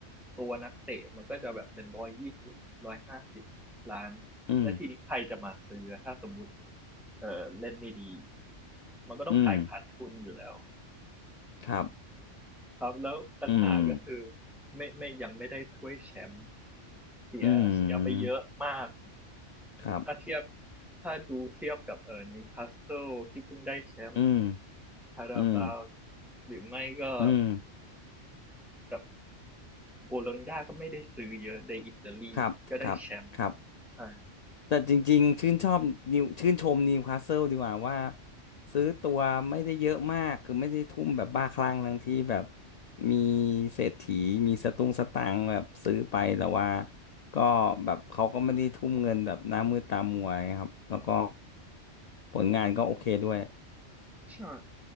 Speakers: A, in the centre; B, on the left.
A: ตัวนักเตะมันก็จะแบบเป็นร้อยยี่สิบร้อยห้าสิบล้าน
B: อืม
A: แล้วทีนี้ใครจะมาซื้อถ้าสมมติเออเล่นไม่ดีมันก็ต้องขายขาดทุนอยู่แล้ว
B: อืมครับ
A: ครับแล้วปัญหาก็คือ
B: อืม
A: ไม่ไม่ยังไม่ได้ถ้วยแชมป์เสียเสียไปเยอะมาก
B: อืมครับ
A: ถ้าเทียบถ้าดูเทียบกับเอ่อนิวคาสเซิลที่เพิ่งได้แชมป์
B: อืม
A: คาราบาว
B: อืม
A: หรือไม่ก็
B: อืม
A: แบบโบโลญญาก็ไม่ได้ซื้อเยอะในอิตาลีก็ได้แชมป์
B: ครับครับครับ
A: ใช่
B: แต่จริงๆชื่นชอบนิวชื่นชมนิวคาสเซิลดีกว่าว่าซื้อตัวไม่ได้เยอะมากคือไม่ได้ทุ่มแบบบ้าคลั่งทั้งที่แบบมีเศรษฐีมีสตุ้งสตางค์แบบซื้อไปแต่ว่าก็แบบเขาก็ไม่ได้ทุ่มเงินแบบหน้ามืดตามัวนะครับแล้วก็ผลงานก็โอเคด้วย
A: ใช่